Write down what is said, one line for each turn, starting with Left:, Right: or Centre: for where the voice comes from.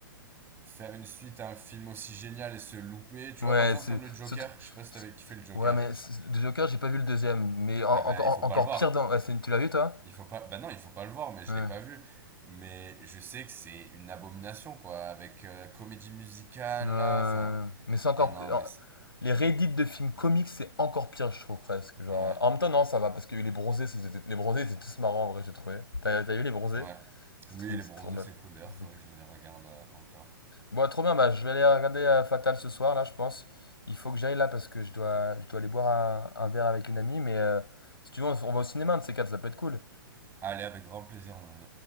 Right: faire une suite à un film aussi génial et se louper, tu
Left: Ouais,
Right: vois par exemple
Left: c'est.
Right: comme le Joker,
Left: c'est-
Right: je sais pas si
Left: c'est-
Right: t'avais kiffé le Joker.
Left: Ouais, mais c'est- Joker, j'ai pas vu le deuxième. Mais en-
Right: Eh ben,
Left: encore
Right: il faut
Left: encore
Right: pas le voir.
Left: pire dans. ouais, c'est- tu l'as vu, toi?
Right: Il faut pas. Bah non, il faut pas le voir, mais je
Left: Ouais.
Right: l'ai pas vu. Mais je sais que c'est une abomination, quoi, avec euh, comédie musicale,
Left: Ouais.
Right: là. Enfin,
Left: mais c'est encore.
Right: ah non, mais
Left: en-
Right: c'est-
Left: Les réédits de films comiques, c'est encore pire, je trouve presque. Genre...
Right: ouais,
Left: En même temps, non, ça va, parce que les bronzés, c'était- les bronzés étaient tous marrants, en vrai, j'ai trouvé. T'as t'as vu les bronzés?
Right: ouais.
Left: C'est
Right: Oui,
Left: trop,
Right: les
Left: c'est
Right: bronzés,
Left: trop bien.
Right: c'est cool. D'ailleurs,
Left: C'était
Right: faudrait
Left: cool.
Right: que je me les regarde euh, encore.
Left: Bon, trop bien, bah, je vais aller regarder euh, Fatal ce soir, là, je pense. Il faut que j'aille là, parce que je dois, je dois aller boire un, un verre avec une amie. Mais euh, si tu veux, on, on va au cinéma, un de ces quatre, ça peut être cool.
Right: Allez, avec grand plaisir, mon ami.